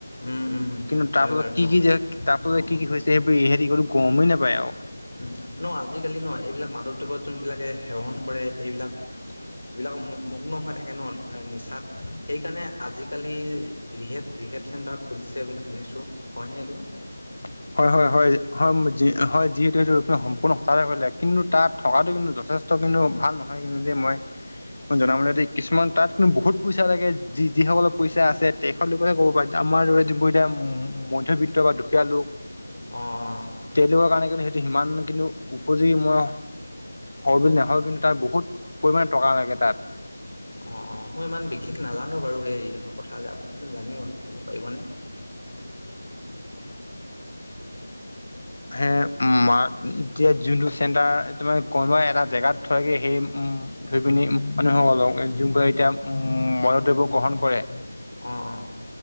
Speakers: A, on the left (about 85°); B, on the left (about 40°).
A: উম উম
B: কিন্তু
A: হয়
B: তাৰপাছত
A: বাৰু
B: কি
A: অ
B: কি যে, তাৰপাছত
A: অ
B: কি কি হৈছে। সেইবোৰ হেৰি কৰি গমেই নাপায় আৰু
A: উম', ন আজিকালি ন এইবিলাক মাদক দ্ৰব্যত যোনবিলাকে সেৱন কৰে। এইবিলাক এইবিলাক মগ্ন হৈ থাকে ন নিচাত সেইকাৰণে আজিকালি ৰিহেপ ৰিহেপ চেণ্টাৰ খুলিছে বুলি শুনিছোঁ হয়নে? এইটো
B: <inaudible> হয়। হয়। হয়। হয়। হয়। যি যিহেতু এইটো সম্পূৰ্ণ হতাতে কৰিলে, কিন্তু তাত থকাটো কিন্তু, যথেষ্ট ত', কিন্তু ভাল নহয়। কিন্তু দে মই মই জনামতে কিছুমান তাত কিন্তু বহুত পইচা লাগে। যি যিসকলৰ পইচা আছে। তখেত লোকেহে ক'ব পাৰে। আমাৰ দৰে যিবোৰ এতিয়া মধ্যবিত্ত বা দুখীয়া লোক
A: অ', অ,
B: তেওলোকৰ কাৰণে কিন্তু সেইটো সিমান কিন্তু উপযোগী ময় হয়। বুলি নেভাবো কিন্তু তাত বহুত পৰিমাণে টকা লাগে। তাত
A: অ', অ, মই ইমান বিশেষ নাজানো বাৰু সেই ৰিহেপৰ কথা যে, আপুনি জানি অলপ ক'ব পাৰিবনে?
B: হে মাক এতিয়া জোনটো চেণ্ডাৰ‌ তোমাৰ কোনোবাই এটা জেগাত থয়গে সেই উম, ধৰি পিনি মানুহসকলক যোনবোৰ এতিয়া মাদক দ্ৰব্য গ্ৰহণ কৰে।
A: অ', অ,